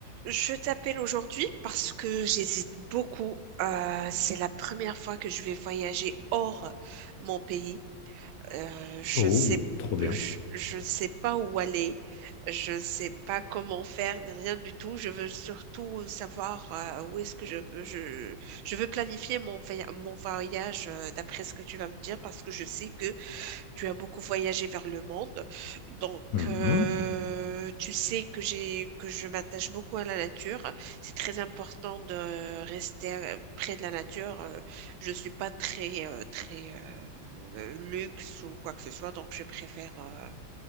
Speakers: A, on the right; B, on the left.
A: Je t'appelle aujourd'hui parce que j'hésite beaucoup. Euh, c'est la première fois que je vais voyager hors mon pays. Euh, je
B: Oh,
A: sais,
B: trop bien.
A: je, je ne sais pas où aller. Je ne sais pas comment faire, ni rien du tout. Je veux surtout savoir euh, où est-ce que je veux. Je, je veux planifier mon, voya- mon voyage euh, d'après ce que tu vas me dire parce que je sais que tu as beaucoup voyagé vers le monde, donc
B: Mhm.
A: euh, tu sais que j'ai que je m'attache beaucoup à la nature. C'est très important de rester euh, près de la nature. Euh, Je suis pas très euh, très euh, luxe ou quoi que ce soit, donc je préfère euh,